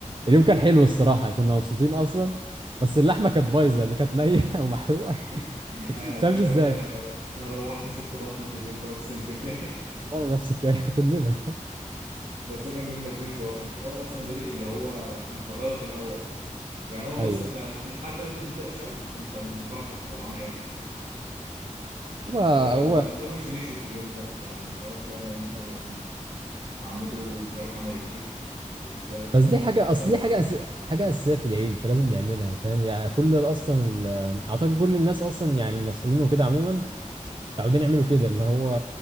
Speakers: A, on the right; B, on the right.
A: اليوم كان حلو الصراحه كنا مبسوطين اصلا بس اللحمه
B: أمم.
A: كانت بايظه اللي كانت نيه <laughs> ومحروقه
B: <laughs>
A: ما
B: انا مش
A: تفهمش
B: عايز
A: ازاي
B: اقول لك انا رو... انا روحت مسكت بطني في اليوم ده اقسم بالله
A: والله نفسك يعني <laughs> كلنا
B: <laughs> بس هو كان يوم لذيذ هو كان في الاول اصلا بادئ اللي هو كان فرهده في الاول يعني هو بص
A: ايوه
B: انت لحد قبل ما تبدا شوي انت مفرهد وطلعان عينك
A: هو
B: آه
A: هو
B: وكنا في الأساس مش هنشوي في اليوم ده يعني مش عارف لولا ان احنا
A: ايوه
B: عمته مش عارف عملت ايه وزياد
A: بس
B: آه،
A: دي حاجه
B: تبل
A: اصل دي حاجه
B: وكده
A: أس... حاجه اساسيه في العيد فلازم نعملها فاهم يعني كل ال- اصلا ال... اعتقد كل الناس اصلا يعني المصريين وكده عموما متعودين يعملوا كده اللي هو